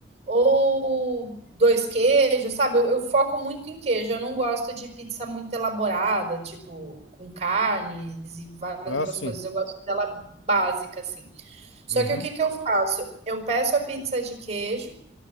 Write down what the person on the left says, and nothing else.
Ah,
sim.
Uhum.